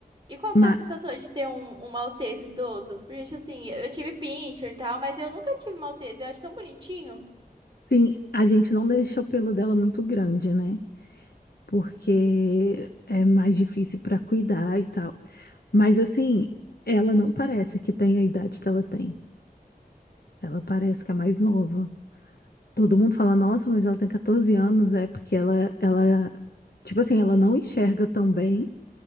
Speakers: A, on the right; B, on the left.
A: E qual
B: Mas,
A: que é a sensação de ter um, um Maltese idoso? Porque, gente, assim, eu tive Pinscher e tal, mas eu nunca tive Maltese. Eu acho tão bonitinho.
B: sim, a gente não deixa o pelo dela muito grande, né? Porque é mais difícil pra cuidar e tal. Mas, assim, ela não parece que tem a idade que ela tem. Ela parece que é mais nova. Todo mundo fala, nossa, mas ela tem 14 anos, é porque ela, ela, tipo assim, ela não enxerga tão bem.